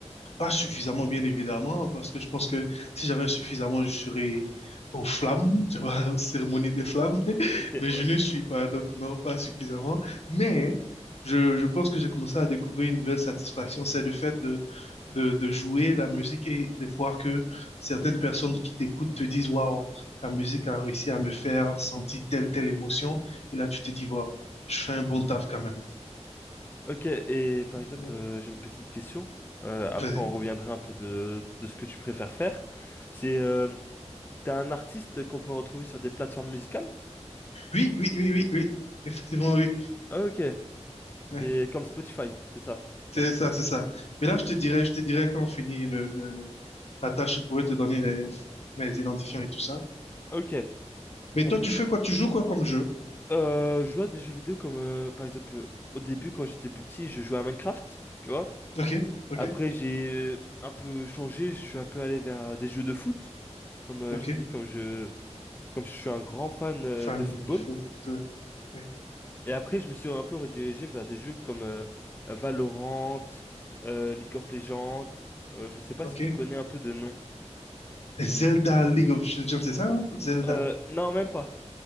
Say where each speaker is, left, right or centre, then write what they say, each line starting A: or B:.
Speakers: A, on the left; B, on the left.
A: Pas suffisamment, bien évidemment, parce que je pense que si j'avais suffisamment, je serais aux flammes, <laughs> tu vois, aux cérémonies des flammes, <laughs>
B: Ok,
A: mais
B: ouais.
A: je ne
B: c'est-
A: suis pas, donc non, pas suffisamment. Mais je, je pense que j'ai commencé à découvrir une nouvelle satisfaction, c'est le fait de, de, de jouer la musique et de voir que certaines personnes qui t'écoutent te disent, Waouh, ta musique a réussi à me faire sentir telle, telle émotion. Et là, tu te dis, Waouh, je fais un bon taf quand même.
B: Ok, et par exemple,
A: Bon,
B: euh, j'ai une petite question. Euh, après,
A: Vas-y.
B: on reviendra un peu de, de ce que tu préfères faire. C'est, euh, t'es un artiste qu'on peut retrouver sur des plateformes musicales?
A: Oui, oui, oui, oui, oui, effectivement, oui.
B: Ok, c'est
A: <laughs>
B: comme Spotify, c'est ça.
A: C'est ça, c'est ça. Mais là, je te dirais, je te dirais quand on finit le, le- le- la tâche, je pourrais te donner les, mes identifiants et tout ça.
B: Ok,
A: Mais
B: on
A: toi,
B: fait
A: tu
B: ça.
A: fais quoi? Tu joues quoi comme jeu?
B: Euh, je joue à des jeux vidéo comme, euh, par exemple, euh, au début, quand j'étais plus petit, je jouais à Minecraft, tu vois?
A: Ok, ok,
B: Après, j'ai un peu changé, je suis un peu allé vers des jeux de foot. Comme euh,
A: ok.
B: je t'ai dit, comme je, comme je suis un grand fan euh,
A: Fan
B: de football.
A: de foot, ouais. ouais,
B: Et après, je me suis un peu redirigé vers des jeux comme euh, Valorant, euh, League of Legends. Euh, je sais pas
A: Ok.
B: si tu connais un peu de nom.
A: Zelda League of Legends, c'est ça, non? Zelda.
B: Euh, non, même pas.